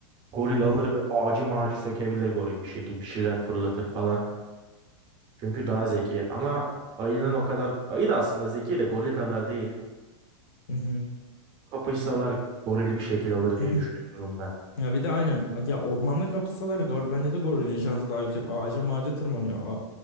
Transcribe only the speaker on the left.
Hı
hı.
Hı hı.
<clears throat>
Ya bir de aynen ya ormanda kapışsalar gor- bence de gorilin şansı daha yüksek. Ağaca mağaca tırmanıyor. A